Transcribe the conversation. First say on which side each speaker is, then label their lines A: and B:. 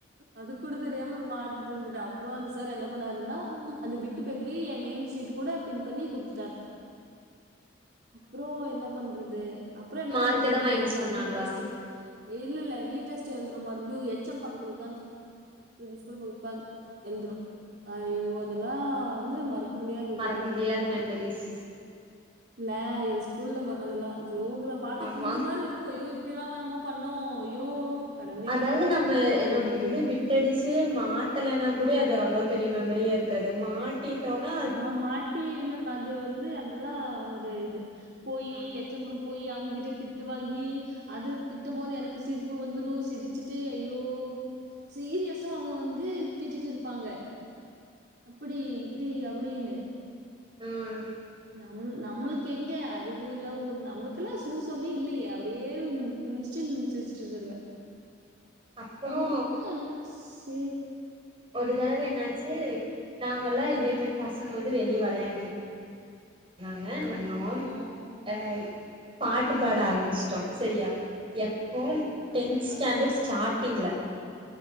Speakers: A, on the right; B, on the right.
A: அது கூட தெரியாம மாந்துட்டு இருந்துட்டே அப்றோ அந்த சார் என்ன பண்ணாருன்னா அந்த பிட் பிட்டு பேப்பரயு என் மெயின் ஷீட் கூட பின் பண்ணி குடுத்துட்டார் அப்றோ என்ன பண்றது அப்றோ என்ன
B: மார்க்
A: பண்றது
B: எதா மைனஸ்
A: ரீ எக்ஸாம்
B: பண்ணாங்களா
A: ரீ டெஸ்ட் இல்லல்ல ரீடெஸ்ட் எழுதுனோ மறுபடியு எச் எம் பக்கத்துல உக்காந்து பிரின்சபல் பக் உக்காந் எழுதுனோ ஐயோ அதெல்லா வந்து மறக் முடியாதுதா
B: மறக்க
A: அந்த
B: முடியாத
A: மொமண்ட்
B: மெமரிஸ்
A: இல்ல இது ஸ்கூல்ல பண்ணதெல்லா ஜோக்குதா பாத்தா
B: ஆமா
A: கிரிஞ்சு மாரி இருக் ஐயோ இப்டில்லாமா நாம பண்ணோ ஐயோ கடவுளே
B: ஆனாலும் நம்ம
A: அப்டின்னு
B: நம்ம
A: மாரி
B: வந்து பிட் டடிச்சு மாட்டலன்னா கூட அது அவ்ளோ பெரிய மெமரியா இருக்காது மாட் ட்டிட்டோனா
A: ஆ மாட்டி என்ன அது வந்து அதெல்லா ஒரு இது போய்
B: ஆமா
A: எச் எம் ரூம் போய் அவங்ககிட்ட திட்டு வாங்கி அது திட்டும் போது எனக்கு சிரிப்பு வந்துரு சிரிச்சுட்டு ஐயோ சீரியஸா அவங்க வந்து திட்டிட்டு இருப்பாங்க அப்டி இப்டி அப்டின்னு
B: ம்
A: நம்ளு நம்ளுக்கு எங்க அறிவு இல்ல ஒ நம்ளுக்கு கெல்லாம் சூடு சொர்ணயே இல்லயே அப்டியே கும்ச்சுட்டு சிரிச்ஸ்ட்டு வந்துருவே
B: அப்புறோ
A: அவங்க திட்னா எனக்கு சே
B: ஒரு தடவ என்னாச்சு நாங்கல்லா இதே மாரி பசங்க வந்து வெளிய
A: ஆ,
B: வெளயாண்டுருக் நாங்க என்ன பண்ணோம்
A: ஆ,
B: அ பாட்டு
A: ம்,
B: பாட ஆரம்பிஸ்டோ சரியா எப்போ டென்த்
A: ஆ,
B: ஸ்டாண்டர்
A: ஆ,
B: ஸ்டாட்டிங்ல